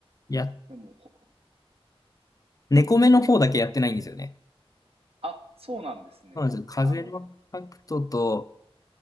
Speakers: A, on the left (about 35°); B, on the right (about 70°).
A: や、
B: でも、ほ
A: 猫目の方だけやってないんですよね。
B: あ、そうなんですね。
A: そうなんですよ。風のタクトと、
B: あの、